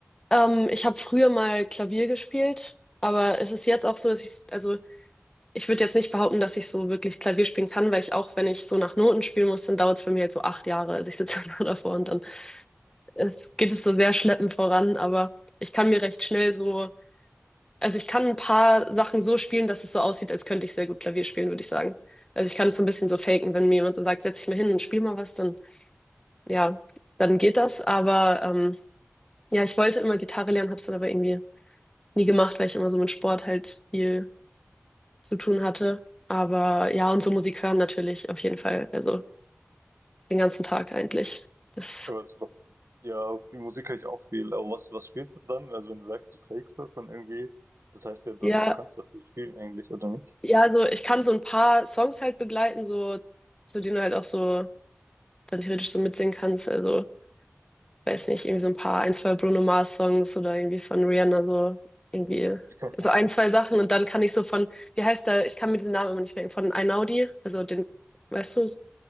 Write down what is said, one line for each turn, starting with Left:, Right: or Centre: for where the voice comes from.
Left: Ähm, ich habe früher mal Klavier gespielt, aber es ist jetzt auch so, dass ich, also ich würde jetzt nicht behaupten, dass ich so wirklich Klavier spielen kann, weil ich auch, wenn ich so nach Noten spielen muss, dann dauert es bei mir halt so acht Jahre. Also ich sitze <laughs> dann nur davor und dann es, geht es so sehr schleppend voran, aber ich kann mir recht schnell so Also ich kann ein paar Sachen so spielen, dass es so aussieht, als könnte ich sehr gut Klavier spielen, würde ich sagen. Also ich kann es so ein bisschen so faken, wenn mir jemand so sagt, setz dich mal hin und spiel mal was, dann ja, dann geht das. Aber ähm, ja, ich wollte immer Gitarre lernen, habe es dann aber irgendwie nie gemacht, weil ich immer so mit Sport halt viel zu tun hatte. Aber ja, und so Musik hören natürlich auf jeden Fall, also den ganzen Tag eigentlich. Das
Right: Aber es- Ja, viel Musik höre ich auch viel. Aber was, was spielst du dann? Also wenn du sagst, du fakest das dann irgendwie, das heißt ja, dass
Left: ja,
Right: du kannst das nicht spielen eigentlich, oder nicht?
Left: ja, also ich kann so ein paar Songs halt begleiten, so zu denen du halt auch so dann theoretisch so mitsingen kannst. Also weiß nicht, irgendwie so ein paar, ein, zwei Bruno Mars Songs oder irgendwie von Rihanna so irgendwie
Right: <laughs> Ich kann-
Left: so ein, zwei Sachen und dann kann ich so von, wie heißt der, ich kann mir den Namen immer nicht merken, von Einaudi, also den, weißt du,